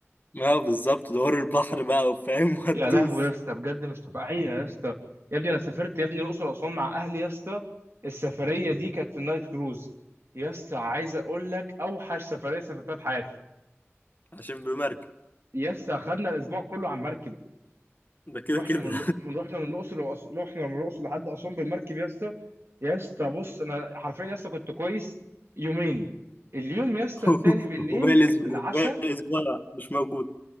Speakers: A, on the left (about 40°); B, on the right (about 60°).
A: اه بالظبط دوار البحر بقى وفاهم <laughs> وهتدوس
B: يا لهوي يا اسطى بجد مش طبيعيه يا اسطى يا ابني انا سافرت يا ابني الاقصر واسوان مع اهلي يا اسطى السفريه دي كانت في النايل كروز يا اسطى عايز اقول لك اوحش سفريه سافرتها في حياتي
A: عشان بمركب
B: يس اخدنا الاسبوع كله على المركب
A: ده كده
B: رحنا
A: كده
B: من الأ- من رحنا من الاقصر وأس- رحنا من الاقصر لحد اسوان بالمركب يا اسطى يا اسطى بص انا حرفيا يا اسطى كنت كويس يومين اليوم يا اسطى
A: <laughs>
B: التاني بالليل
A: وباقي الأس-
B: في العشاء
A: وباقي الأسبوع مش موجود